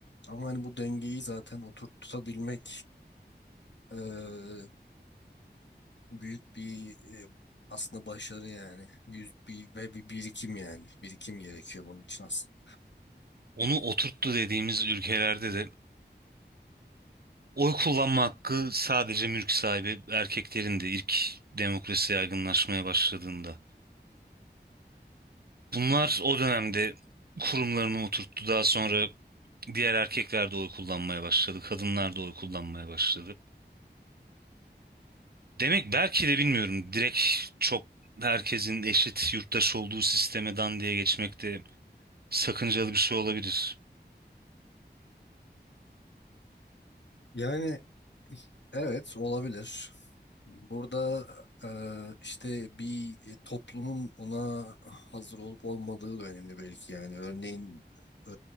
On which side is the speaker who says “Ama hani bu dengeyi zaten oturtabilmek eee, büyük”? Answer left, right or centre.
Left